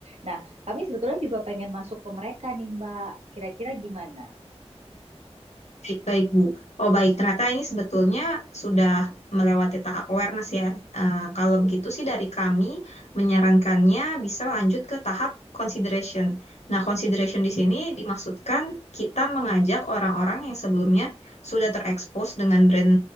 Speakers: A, on the right; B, on the left.
A: Nah, kami sebetulnya juga pengen masuk ke mereka nih, Mbak. Kira-kira gimana?
B: Baik-baik, Bu. Oh, baik. Ternyata ini sebetulnya sudah melewati tahap awareness ya. Eh, kalau begitu sih dari kami menyarankannya bisa lanjut ke tahap consideration. Nah, consideration di sini dimaksudkan kita mengajak orang-orang yang sebelumnya sudah terekspos dengan brand